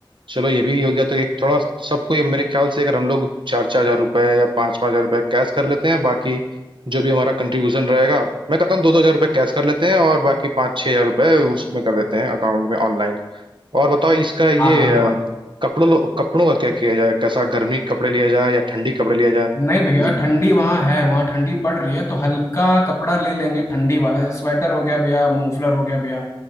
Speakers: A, on the right; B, on the left.
A: चलो ये भी हो गया तो एक थोड़ा सबको ये मेरे ख्याल से अगर हम लोग चार चार हजार रुपए या पाँच पाँच हजार रुपए कैश कर लेते हैं बाकी जो भी हमारा कंट्रीब्यूशन रहेगा मैं कहता हूँ दो दो हजार रुपए कैश कर लेते हैं और बाकी पाँच छह हजार रुपए उसमें कर देते हैं अकाउंट में ऑनलाइन और बताओ इसका ये
B: हाँ हाँ
A: अ,
B: भैया
A: कपड़ों लो- कपड़ों का क्या किया जाए कैसा गर्मी के कपड़े लिया जाए या ठंडी कपड़े लिया जाए
B: नहीं भैया
A: ये
B: ठंडी वहाँ है वहाँ ठंडी पड़ रही है तो हल्का कपड़ा ले लेंगे ठंडी वाला जैसे स्वेटर हो गया भैया मफलर हो गया भैया